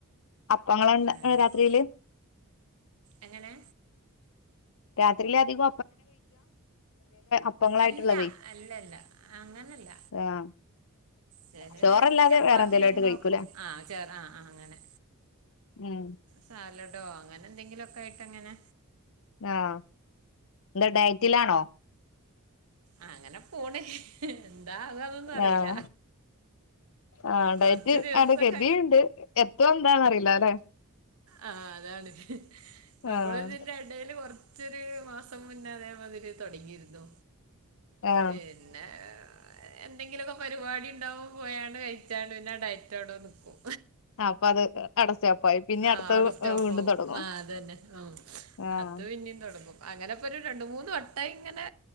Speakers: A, on the left (about 65°); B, on the right (about 70°).
A: അപ്പോങ്ങളണ്ട്
B: കഴിക്കും
A: ആഹ് രാത്രിയില്
B: എങ്ങനെ
A: രാത്രിയിലധികം അപ്പങ്ങളായിട്ടുള്ളതേ
B: അല്ല അല്ലല്ല അങ്ങനല്ല
A: ആഹ്
B: ചെല
A: ചോറല്ലാതെ
B: നേരത്ത് ചപ്പാത്തി
A: വേറെ എന്തേലും ആയിട്ട്
B: ഉണ്ടാക്കും
A: കഴിക്കൂലേ
B: ആഹ് ചോർ ആഹ് ആഹ് അങ്ങനെ
A: ഉം
B: സാലഡോ അങ്ങനെ എന്തെങ്കിലും ഒക്കെ ആയിട്ട് അങ്ങനെ
A: ആഹ് എന്താ ഡയറ്റിലാണോ
B: ആഹ് അങ്ങനെ പോണ് എന്താ ആകുവാ എന്ന് ഒന്നും അറിയില്ല
A: ആഹ് ആഹ്
B: കൊറച്ച്
A: ഡയറ്റ്
B: ദിവസൊക്കെ
A: അങ്ങനെ കരുതിയിണ്ട് എത്തുവോ എന്താന്ന്റിയില്ല രണ്ട
B: ആഹ് അതാണ് നമ്മള്
A: ആഹ്
B: ഇതിന്റെ ഇടയില് കുറച്ചൊരു മാസം മുന്നേ അതേ മാതിരി തുടങ്ങിയിരുന്നു
A: ആഹ്
B: പിന്നെ എന്തെങ്കിലുമൊക്കെ പരിപാടി ഉണ്ടാവോ പോയാണ് കഴിച്ചാണ് പിന്നെ ഡയറ്റോവിടെ നിക്കും
A: അപ്പൊ അത് അടസ്റ്റോപ്പായി പിന്നെ
B: ആഹ്
A: അടുത്ത
B: അവിടെ സ്റ്റോപ്പ്
A: വീണ്ടും
B: ആവും
A: തുടങ്ങും
B: അതന്നെ ഉം
A: ആഹ്
B: അത് പിന്നെയും തുടങ്ങും അങ്ങനെ ഇപ്പൊ ഒരു രണ്ട് മൂന്ന് വട്ടമായി ഇങ്ങനെ